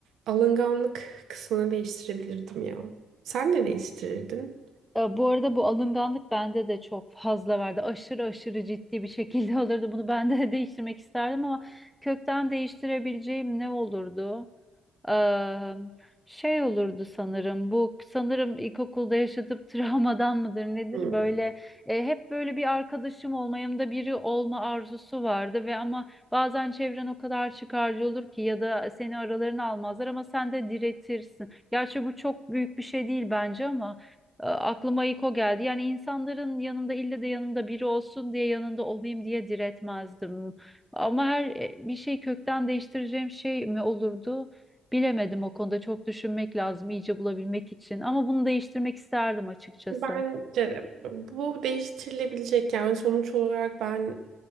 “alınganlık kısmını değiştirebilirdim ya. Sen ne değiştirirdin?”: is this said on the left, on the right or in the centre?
Right